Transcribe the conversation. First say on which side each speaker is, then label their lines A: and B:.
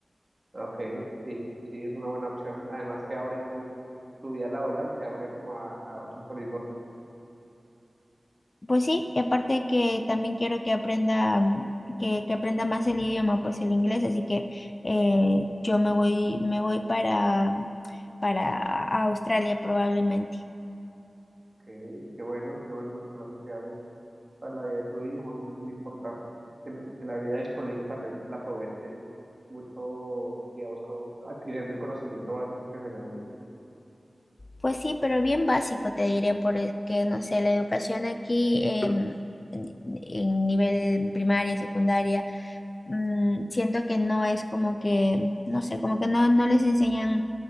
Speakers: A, on the right (about 40°); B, on the left (about 45°).
A: Ok, sí, sí, es una buena opción. Además que abre tu, tu vida laboral, te abre como a, a otros horizontes.
B: Pues sí, y aparte que también quiero que aprenda, mm, que, que aprenda más el idioma, pues el inglés, así que eh, yo me voy, me voy para, para Australia probablemente.
A: Ok, qué bueno, qué bueno los planes que haces para la vida de tu hijo, porque eso es muy importante. Que la, que la vida del colegio también la aproveche mucho, digamos, como adquiriendo el conocimiento básico que se necesita.
B: Pues sí, pero bien básico te diré, porque no sé, la educación aquí em, en, en nivel primaria, secundaria, mm, siento que no es como que, no sé, como que no, no les enseñan